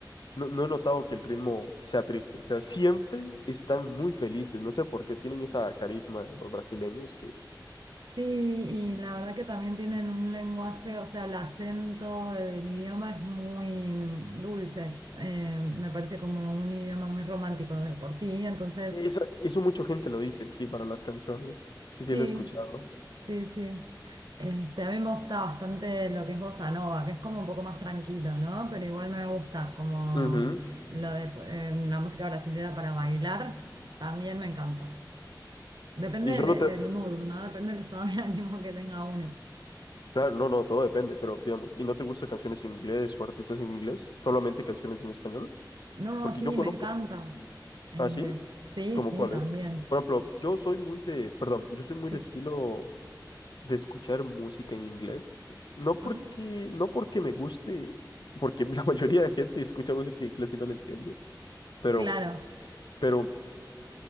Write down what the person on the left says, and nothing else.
no, no he notado que el ritmo sea triste, o sea, siempre están muy felices, no sé por qué tienen esa carisma los brasileños, que
esa- eso mucha gente lo dice, sí, para las canciones, sí,
sí, lo he escuchado.
Ujú.
Y solo
te,
claro, no, no, todo depende, pero digamos, ¿y no te gustan canciones en inglés o artistas en inglés? Solamente canciones en español,
porque
yo conozco,
¿ah,
sí?
¿Cómo
cuáles?
Por ejemplo, yo soy muy de, perdón, yo soy
muy de estilo de escuchar música en inglés. No porque,
no porque me guste, porque <laughs> la mayoría de gente escucha música en inglés y no la entiende, pero,
pero